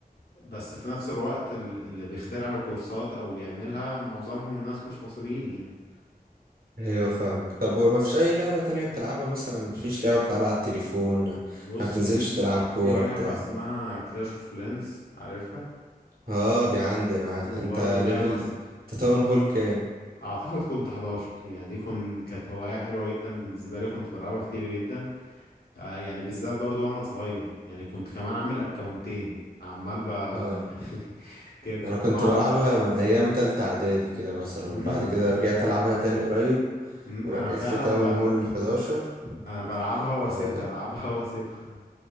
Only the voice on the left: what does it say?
بس في نفس الوقت ال- اللي بيخترع الكورسات او بيعملها معظمهم ناس مش مصريين يعني
بص
في
في
لعبة
اسمها كلاش اوف كلانز عارفها
وبرضه
لعبة
س...
اعتقد كنت 11 يعني دي كنت كانت هواية حلوة جدا بالنسبة لي كنت بلعبها كتير جدا آه، يعني بالذات برضه وانا صغير يعني كنت كمان عامل اكونتين عمال ب يعني
<laughs> كده
ما
اعرفش
امم
انا
فعلا
ب...
مم. انا بلعبها واسيبها
العبها واسيبها